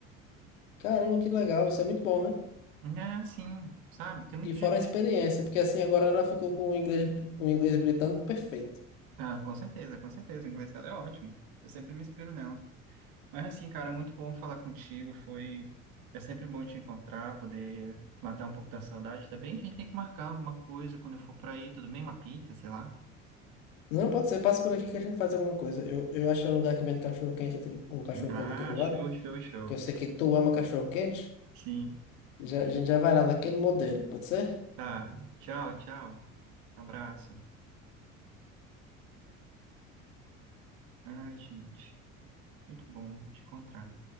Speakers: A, on the left; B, on the right.
A: Caramba, que legal. Isso é muito bom, né?
B: É, sim, sabe? Tem muito
A: E fora
B: jeito de...
A: a experiência, porque assim agora ela ficou com o inglês, o inglês britânico perfeito.
B: Ah, com certeza, com certeza. O inglês dela é ótimo. Eu sempre me inspiro nela. Mas assim, cara, muito bom falar contigo. Foi. É sempre bom te encontrar, poder matar um pouco da saudade. Também a gente tem que marcar alguma coisa quando eu for pra aí, tudo bem? Uma pizza, sei lá.
A: Não, pode ser. Passa por aqui que a gente faz alguma coisa. Eu, eu achei um lugar que vende cachorro quente, um cachorro
B: Ah,
A: quente aqui do lado.
B: show, show, show.
A: Que eu sei que tu ama cachorro quente.
B: Sim.
A: E Já, a gente já vai lá naquele modelo, pode ser?
B: Tá. Tchau, tchau. Abraço. Ai, gente. Muito bom te encontrar.